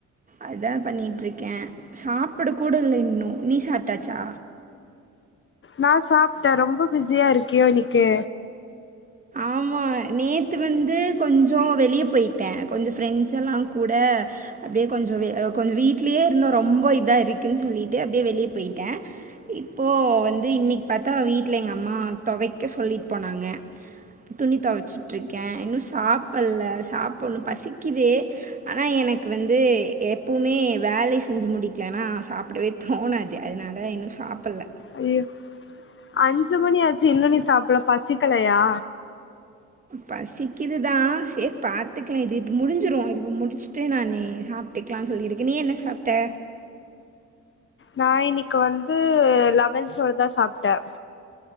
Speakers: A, on the right; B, on the left.
A: அதா பண்ணிட்ருக்கே சாப்பிட கூட இல்ல இன்னு நீ சாப்ட்டாச்சா
B: நா சாப்ட்டே ரொம்ப பிஸியாருக்கியோ இன்னைக்கு
A: ஆமா நேத்து வந்து கொஞ்சோ வெளிய போயிட் ட கொஞ்ச ஃப்ரெண்ட்ஸல்லா கூட அப்டியே கொஞ்ச வெ கொஞ்ச வீட்லயே இருந்தோ ரொம்ப இதா இருக்குன் சொல்லிட்டு அப்டியே வெளிய போயிட்டே இப்போ வந்து இன்னைக் பாத்தா வீட்ல எங்க அம்மா தொவைக்க சொல்லிட் போனாங்க துணி தொவச்சுட்ருக்க இன்னு சாப்பல்ல சாப்புணு பசிக்குவே ஆனா எனக்கு வந்து எப்போமே வேலை செஞ்சு முடிக்லனா சாப் ப்டவே தோணாது அதனால இன்னு சாப்பல்ல
B: ஐயோ அஞ்சு மணி ஆச்சு இன்னு நீ சாப்பல பசிக்கலையா
A: பசிக்குது தா சேரி பாத்துக்லா இது இப்போ முடிஞ்சிரு இது இப்ப முடிச்சுட்டு நானே சாப் ட்டுக்கலான் சொல்லிருக்கு நீ என்ன சாப்ட்ட
B: நா இன்னைக்கு வந்து லெமன் சோறு தா சாப்ட்ட